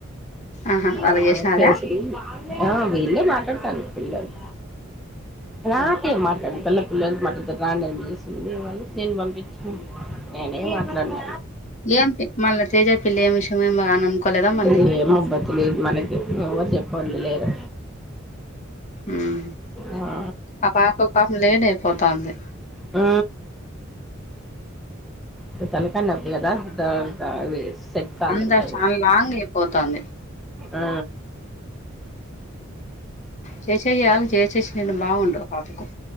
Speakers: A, on the left (about 35°); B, in the centre.
A: ఆహా వాళ్ళకి
B: ఆహ్
A: చేసినారా
B: చేసి వీళ్ళే మాట్లాడుతారు పిల్లలు నాకేం మాట్లాడ్ మళ పిల్లలకి మటుతు రాం అనిపిసిందిళ నేను పంపించ నేనేం మాట్లాడును
A: ఏం మళ్ళా తేజ పిల్లి ఏం విషయం ఏం అని అనుకోలేదా మళ్ళీ
B: ఇగ ఏమో బతిలేదు మనకి నువ్ ఎవర్ చెప్ప పళ్లు లేరు
A: ఉమ్
B: ఆ
A: అ పాపకు పాపం లేట్ అయిపోతంది
B: హా నువ్ తలుపన తీయదా అది సెట్ కాలంటేను
A: అందరు చాలా లాంగ్ అయిపోతాంది
B: అ
A: చేసేయాలి చేచే బావుండవ్ పాపకం